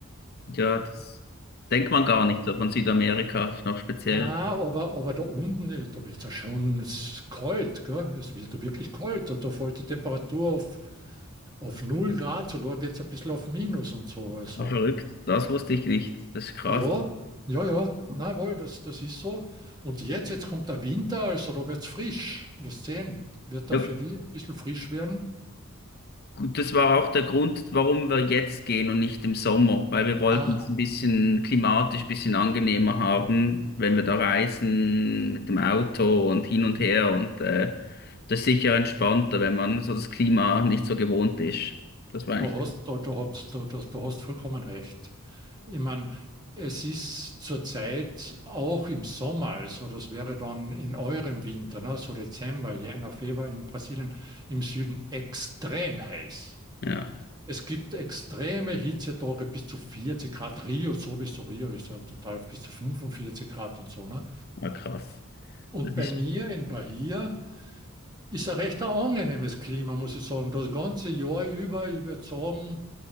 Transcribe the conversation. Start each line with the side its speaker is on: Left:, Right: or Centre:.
Left: ja, das denkt man gar
Right: Äh,
Left: nicht so von Südamerika. Ist noch speziell.
Right: na, aber, aber da unten, äh, da wird es ja schon s- kalt. Gell? Es wird da wirklich kalt. Da da fällt die Temperatur auf, auf null Grad, sogar geht es ein bisschen auf Minus und so. Also.
Left: Aber verrückt. Das wusste ich nicht. Das ist krass.
Right: Ja, ja, ja, na wohl, das, das ist so. Und jetzt, jetzt kommt der Winter, also da wird's frisch. Wirst sehen, wird
Left: Ja,
Right: da für die ein bisschen frisch werden.
Left: Und das war auch der Grund, warum wir jetzt gehen und nicht im Sommer, weil wir wollten
Right: Ah,
Left: es ein bisschen klimatisch, ein bisschen angenehmer haben, wenn wir da reisen mit dem Auto und hin und her. Und äh, das ist sicher entspannter, wenn man so das Klima nicht so gewohnt ist. Das war eigentlich,
Right: du hast, du, du hast, du, du, du hast vollkommen recht. Ich meine, es ist zurzeit auch im Sommer, also das wäre dann in eurem Winter, ne, so Dezember, Jänner, Februar in Brasilien im Süden extrem heiß.
Left: ja,
Right: Es gibt extreme Hitzetage bis zu 40 Grad. Rio, sowieso Rio ist ja total bis zu 45 Grad und so. Ne?
Left: war krass.
Right: Und
Left: Das
Right: bei
Left: ist,
Right: mir in Bahia ist ein recht angenehmes Klima, muss ich sagen. Das ganze Jahr über, ich würde sagen,